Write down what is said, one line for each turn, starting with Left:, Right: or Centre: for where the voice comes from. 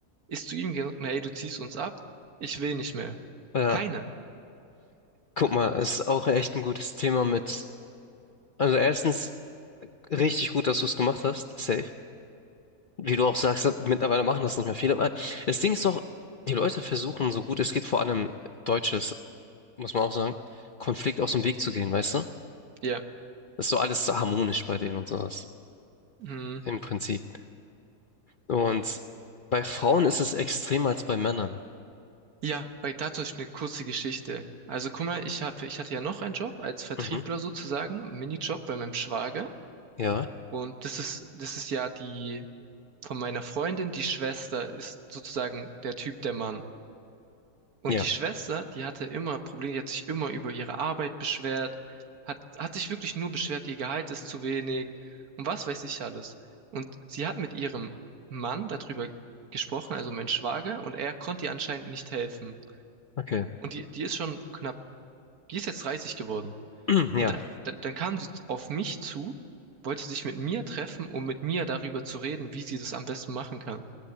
Right: ist zu ihm gegangen, hey, du ziehst uns ab, ich will nicht mehr.
Left: ja.
Right: Keine.
Left: Guck mal, ist auch echt ein gutes Thema mit. Also erstens richtig gut, dass du es gemacht hast. Safe. wie du auch sagst, mittlerweile machen das nicht mehr viele. Aber das Ding ist doch, die Leute versuchen, so gut es geht, vor allem Deutsches, muss man auch sagen, Konflikt aus dem Weg zu gehen, weißt du?
Right: Ja.
Left: Ist so alles so harmonisch bei denen und sowas,
Right: Hm.
Left: im Prinzip. Und bei Frauen ist es extremer als bei Männern.
Right: Ja, bei dazu ist eine kurze Geschichte. Also guck mal, ich hab, ich hatte ja noch einen Job als Vertriebler
Left: Mhm.
Right: sozusagen, Minijob bei meinem Schwager.
Left: Ja,
Right: Und das ist, das ist ja die von meiner Freundin, die Schwester ist sozusagen der Typ der Mann. Und
Left: ja,
Right: die Schwester, die hatte immer Probleme, die hat sich immer über ihre Arbeit beschwert, hat, hat sich wirklich nur beschwert, ihr Gehalt ist zu wenig und was weiß ich alles. Und sie hat mit ihrem Mann darüber gesprochen, also mein Schwager, und er konnte ihr anscheinend nicht helfen.
Left: okay.
Right: Und die, die ist schon knapp, die ist jetzt 30 geworden.
Left: <clears throat> Ja,
Right: Und dann, dann, dann kam sie auf mich zu, wollte sich mit mir treffen, um mit mir darüber zu reden, wie sie das am besten machen kann.